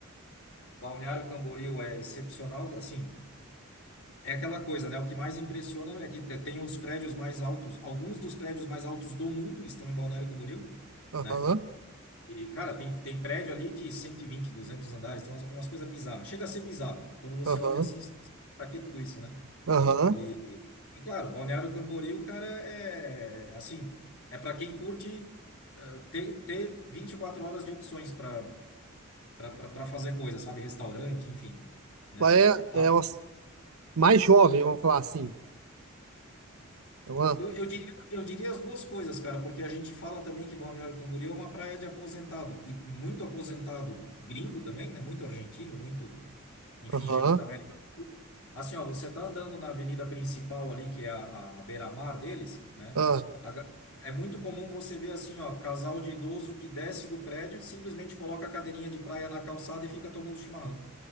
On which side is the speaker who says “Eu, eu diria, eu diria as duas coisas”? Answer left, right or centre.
Left